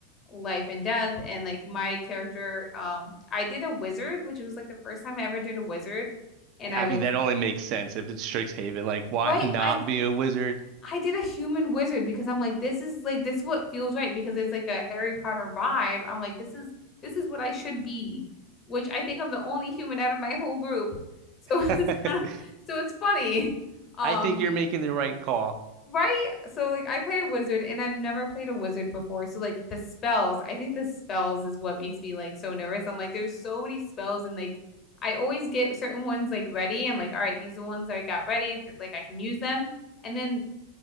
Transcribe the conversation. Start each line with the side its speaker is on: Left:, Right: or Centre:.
Left: life and death and like my character um I did a wizard, which was like the first time I ever did a wizard and
Right: Yeah,
Left: I
Right: I
Left: was
Right: mean, that only makes sense if it's Strixhaven. Like, why
Left: well,
Right: not
Left: I, I
Right: be a wizard?
Left: I did a human wizard because I'm like, this is like this is what feels right because it's like a Harry Potter vibe. I'm like, this is this is what I should be, which I think I'm the only human out of my whole group. So <laughs> it's
Right: <laughs>
Left: kind of so it's funny. Um,
Right: I think you're making the right call.
Left: right? So like I play a wizard and I've never played a wizard before. So like the spells, I think the spells is what makes me like so nervous. I'm like, there's so many spells and like I always get certain ones like ready. I'm like, all right, these are ones that I got ready, like I can use them. And then